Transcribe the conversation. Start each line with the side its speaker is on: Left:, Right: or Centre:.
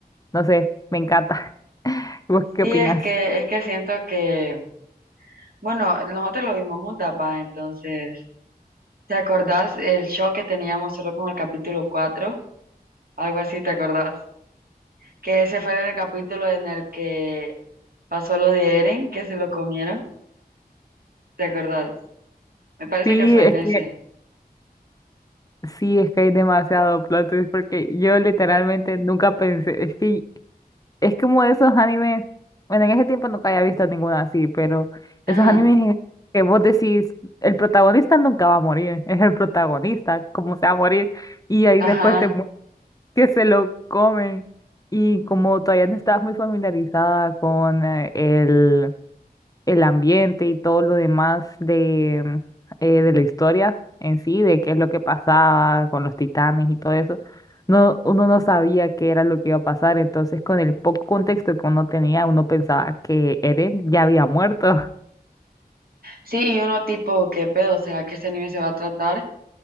Left: no sé, me encanta. <laughs> ¿Vos qué
Right: Sí,
Left: opinas?
Right: es que, es que siento que, bueno, nosotros lo vimos juntas, va, entonces, ¿te acordás el show que teníamos solo con el capítulo cuatro Algo así, ¿te acordás? Que ese fue el capítulo en el que pasó lo de Eren, que se lo comieron, ¿te acordás? Me parece
Left: Sí,
Right: que fue
Left: es
Right: en ese.
Left: que sí, es que hay demasiado plot twist porque yo literalmente nunca pensé, es que es como esos animes, bueno, en ese tiempo nunca había visto ninguna así, pero
Right: Ajá,
Left: esos animes en que vos decís, el protagonista nunca va a morir, es el protagonista, cómo se va a morir, y ahí
Right: ajá.
Left: después te muestran que se lo comen, y como todavía no estabas muy familiarizada con eh, el el ambiente y todo lo demás de, eh, de la historia en sí, de qué es lo que pasaba con los titanes y todo eso, no, uno no sabía qué era lo que iba a pasar, entonces con el poco contexto que uno tenía, uno pensaba que Eren ya había muerto.
Right: Sí, y uno tipo, ¿qué pedo? ¿Será que este anime se va a tratar?